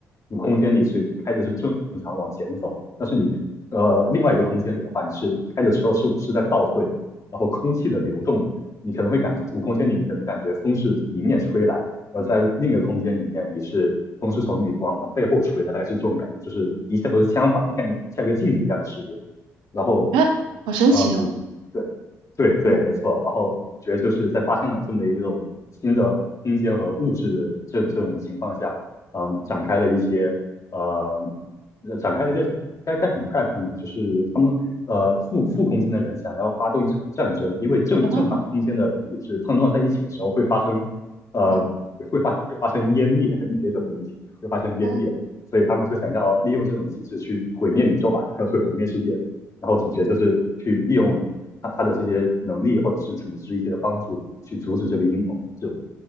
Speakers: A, on the left; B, on the right.
A: 主空间里是开的是正常往前走，但是你呃另外一个空间里的话，你是开着车是是在倒退的。然后空气的流动，你可能会感主空间里你可能感觉风是迎面吹来，而在另一个空间里面你是风是从你往往背后吹的，大概是这种感觉，就是一切都是相反的，像像个镜子一样的世界。然后，
B: 哎，好神奇哦。
A: 呃，主角对对对，
B: 嗯
A: 没错。然后主角就是在发现了这么一种新的空间和物质的这这种情况下，嗯，展开了一些呃呃展开了一个该该怎么概括呢？就是他们呃负负空间的人想要发动一场战争，因为正正反空间的物质碰撞在一起的时候会发生呃会会发会发生湮灭，
B: 哦哦
A: <laughs> 你可以这么理解，会发生湮灭，
B: 哦，
A: 所以他们就想要利用这种机制去毁灭宇宙吧，<laughs> 毁毁灭世界。然后主角就是去利用他他的这些能力或者是组织一些的帮助去阻止这个阴谋。这种